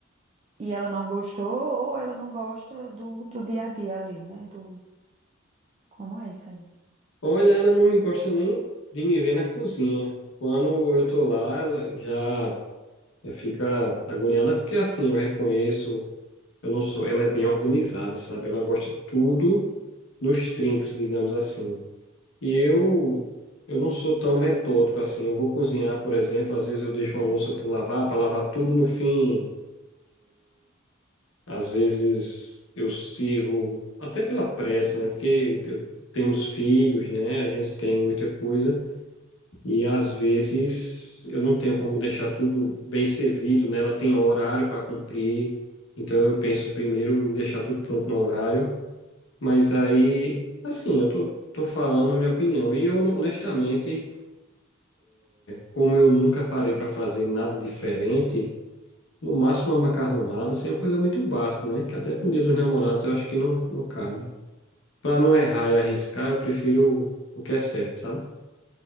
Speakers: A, on the right; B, on the left.
A: E ela não gostou ou ela não gosta do, do dia a dia ali, né? Do como é isso aí?
B: Olha, ela não me gosta nem de me ver na cozinha. Quando eu tô lá, ela já, já fica agoniada, porque assim, eu reconheço, eu não sou, ela é bem organizada, sabe? Ela gosta tudo nos trinques, digamos assim. E eu, eu não sou tão metódico assim. Eu vou cozinhar, por exemplo, às vezes eu deixo uma louça por lavar, para lavar tudo no fim. Às vezes eu sirvo até pela pressa, né? Porque eu tenho os filhos, né? A gente tem muita coisa e às vezes eu não tenho como deixar tudo bem servido, né? Ela tem horário para cumprir, então eu penso primeiro em deixar tudo pronto no horário. Mas aí, assim, eu tô, tô falando minha opinião e eu honestamente, como eu nunca parei para fazer nada diferente No máximo uma macarronada, assim, é uma coisa muito básica, né? Que até para o Dia dos Namorados eu acho que não, não cabe. Para não errar e arriscar, eu prefiro o que é certo, sabe?